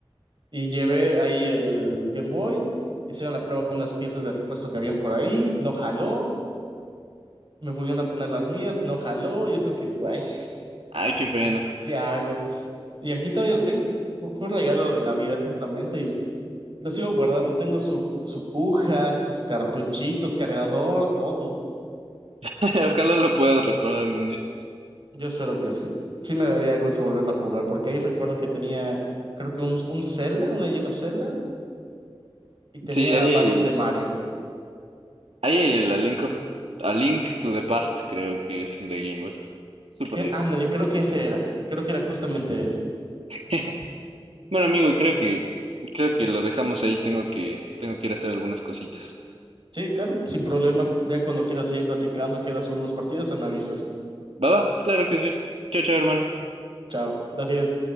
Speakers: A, on the right; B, on the right.
A: Y llevé ahí el Game Boy, hicieron la prueba con unas piezas de repuesto que habían por ahí, no jaló, me pusieron a poner las mías, no jaló, y es como que, ay,
B: Ay, qué pena.
A: ¿qué hago? Y aquí todavía lo tengo. Fu- Fue un regalo de Navidad justamente y lo sigo guardando. Tengo su, fu- su cuja, sus cartuchitos, cargador, todo.
B: <laughs> Ojalá lo puedas reparar algún día.
A: Yo espero que sí. Sí me daría gusto volverlo a jugar, porque ahí recuerdo que tenía, creo que un, un Zelda, un Legend of Zelda, y tenía
B: Sí, ahí
A: varios de Mario.
B: Ahí hay el A Link, of- A Link to the Past, creo que es el de Game Boy. Súper
A: Que,
B: lindo.
A: ándale, creo que ese era. Creo que era justamente ese.
B: <laughs> Bueno, amigo, creo que, creo que lo dejamos ahí. Tengo que, tengo que ir a hacer algunas cositas.
A: Sí, claro, sin problema. Ya cuando quieras seguir platicando, quieras unas partidas, me avisas.
B: ¿Va, va? Claro que sí. Chao, chao, hermano.
A: Chao. Gracias.